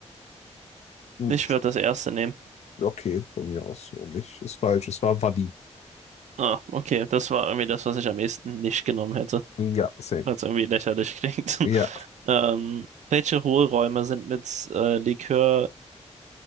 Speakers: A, on the left; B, on the right.
A: hm,
B: Ich würde das erste nehmen.
A: Okay, von mir aus so nicht. Ist falsch, es war Wadi.
B: Ah, okay. Das war irgendwie das, was ich am ehesten nicht genommen hätte,
A: Ja, same.
B: weil es irgendwie lächerlich klingt.
A: Ja,
B: <laughs> Ähm, welche Hohlräume sind mit äh, Likör